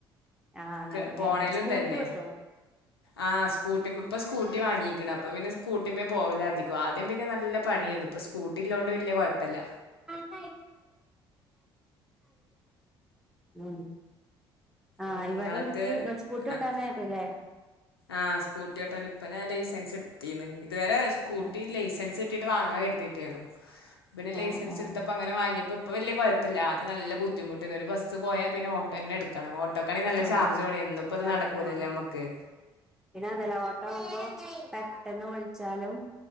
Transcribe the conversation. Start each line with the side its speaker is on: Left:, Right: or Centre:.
Centre: ആഹ് അങ്ങനെല്ലേ
Left: ക്ക് പോണേലും
Centre: സ്കൂട്ടി
Left: ഇതന്നെ
Centre: ഓട്ടോ
Left: ആഹ് സ്കൂട്ടിമ്മ് പ്പ സ്കൂട്ടി വാങ്ങി ക്ണ് അപ്പൊ പിന്നെ സ്കൂട്ടിമ്മേ പോവലാധികു. ആദ്യം പിന്നെ നല്ല പണിയെന്നു
Centre: ഉം
Left: ഇപ്പ സ്കൂട്ടി ഇല്ലോണ്ട് വല്ല്യ കുഴപ്പല്ല്യ.
Centre: ഉം ഉം ആഹ്
Left: ഇങ്ങളൊക്കെ
Centre: ഇവടെ ഇൻക്ക് ങ്ങക്ക് സ്കൂട്ടി
Left: ആഹ്
Centre: ഓട്ടാനറില്ലേ.
Left: ആഹ് സ്കൂട്ടി ഓട്ടാൻ ഇപ്പ ഞാൻ ലൈസൻസ് ഇട്ത്തീന്ന്. ഇതുവരെ സ്കൂട്ടി
Centre: ആഹ്
Left: ലൈസൻസിട്ടിട്ട് വാങ്ങാ കരുതീട്ടേന്നു പ്പൊ പിന്നെ ലൈസൻസ്ട്ത്തപ്പ
Centre: ആഹ് ആഹ്
Left: അങ്ങനെ വാങ്ങ്യപ്പോ പ്പ വെല്യ കൊയപ്പല്ല്യ ആദ്യ നല്ല ബുദ്ധിമുട്ടെന്ന് ഒരു ബസ്സ് പോയ പിന്നെ ഓട്ടെന്നെ ട്ക്കണം ഓട്ടോക്കാണെ നല്ല
Centre: ആഹ്
Left: ചാർജാണേ എന്നുപ്പത്
Centre: ചാർജ്
Left: നടക്കൂല്ലല്ലോ
Centre: വേണം
Left: അമ്മക്ക്
Centre: പിന്നെ അതല ഓട്ടാവുമ്പോ പെട്ടെന്ന് വിൾച്ചാലും